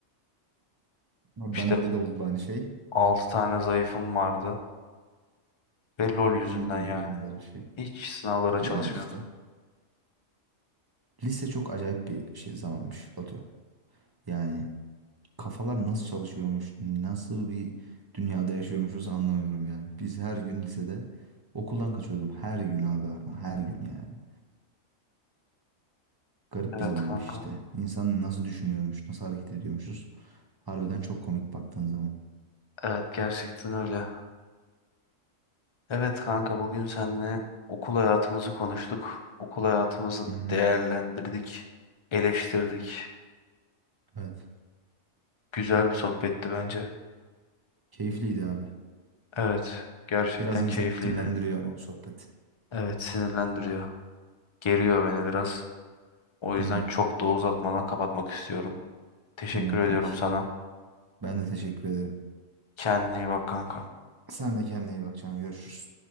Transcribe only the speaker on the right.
Abi
bende de oldu aynı şey.
Bende de oldu
benzer bir şey.
Ya işte. Lise çok acayip bir şey zamanmış Batu. Yani kafalar nasıl çalışıyormuş, nasıl bir dünyada yaşıyormuşuz anlamıyorum yani. Biz her gün lisede okuldan kaçıyordum. Her gün abi ama her gün yani. Garip
bir zamanmış
işte. İnsan nasıl düşünüyormuş, nasıl hareket ediyormuşuz. Harbiden çok komik baktığın zaman.
Hı hı.
Evet.
Keyifliydi abi.
Biraz insan
sinirlendiriyor ama bu sohbet.
Değil mi?
Tamam
peki.
Ben de teşekkür ederim.
Sen de kendine iyi bak canım. Görüşürüz.